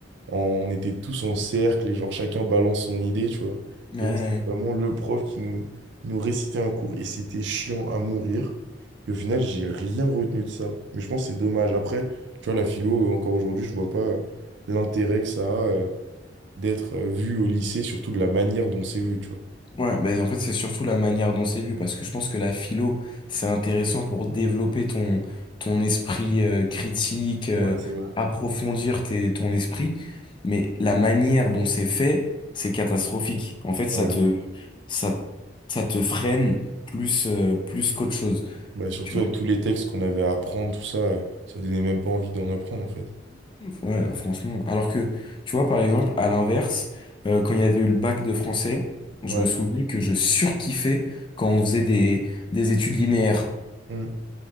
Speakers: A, on the right; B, on the left.
A: en- on était tous en cercle et genre, chacun balance son idée, tu vois.
B: Ouais.
A: Et
B: ouais.
A: là, c'était vraiment le prof qui nous, nous récitait un cours et c'était chiant à mourir. Et au final, j'ai rien retenu de ça. Mais je pense que c'est dommage. Après, tu vois, la philo, euh, encore aujourd'hui, je vois pas euh, l'intérêt que ça a euh, d'être euh, vu au lycée, surtout de la manière dont c'est vu, tu vois.
B: Ouais, mais en fait, c'est surtout la manière dont c'est vu, parce que je pense que la philo, c'est intéressant pour développer ton, ton esprit euh, critique, euh,
A: Ouais, c'est vrai.
B: approfondir tes- ton esprit, mais la manière dont c'est fait, c'est catastrophique. En fait, ça
A: Ouais.
B: te, ça, ça te freine plus, euh, plus qu'autre chose,
A: Bah, surtout
B: tu vois.
A: avec tous les textes qu'on avait à apprendre, tout ça, euh, ça donnait même pas envie d'en apprendre en fait.
B: Ouais, franchement. Alors que, tu vois, par exemple, à l'inverse, euh, quand il y avait eu le bac de français, je
A: Ouais.
B: me souviens que je surkiffais quand on faisait des, des études linéaires.
A: Mm.